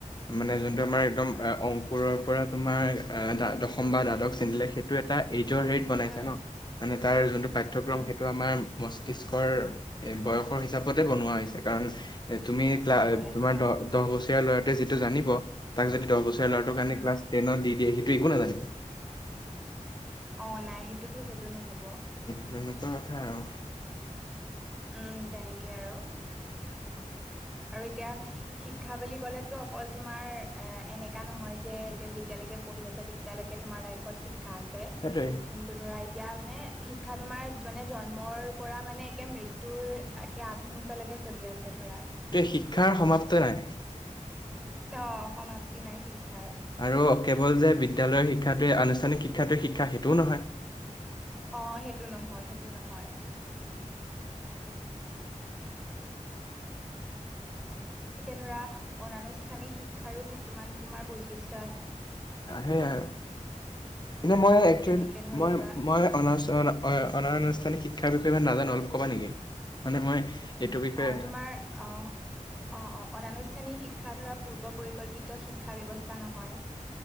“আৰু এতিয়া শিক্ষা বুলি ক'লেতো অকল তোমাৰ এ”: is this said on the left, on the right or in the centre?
Centre